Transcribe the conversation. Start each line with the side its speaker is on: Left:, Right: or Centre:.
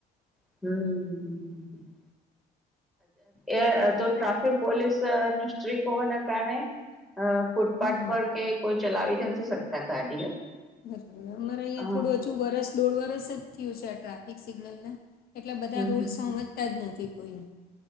Centre: હમ હમ. એ તો ટ્રાફિક પોલીસ નો સ્ટ્રીક હોવાના કારણે અ ફૂટપાથ
Left: હમ
Centre: પર કે કોઈ ચલાવી નથી શકતા ગાડીઓ
Left: બરાબર અમારે અહીંયા
Centre: હા
Left: થોડું હજુ વરસ દોઢ વરસ જ થયું છે આ ટ્રાફિક સિગ્નલ ને. એટલે બધા
Centre: હમ
Left: રૂલ્સ
Centre: હમ હમ.
Left: સમજતા જ નથી કોઈ.